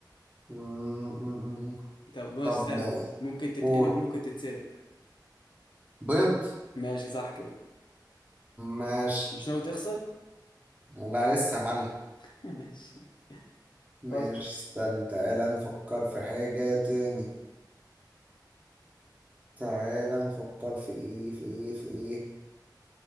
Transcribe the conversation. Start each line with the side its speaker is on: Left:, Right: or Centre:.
Right: مم، مم، مم.
Left: طب بس
Right: طب
Left: استنى ممكن تتقلي
Right: فول
Left: وممكن تتسلق
Right: بيض
Left: ماشي صح كده
Right: ماشي
Left: مش ناوي تخسر
Right: لا لسه يا معلم
Left: <laughs> ماشي
Right: ماشي
Left: خش
Right: استنى تعالى نفكر في حاجة تاني تعالى نفكر في ايه في ايه في ايه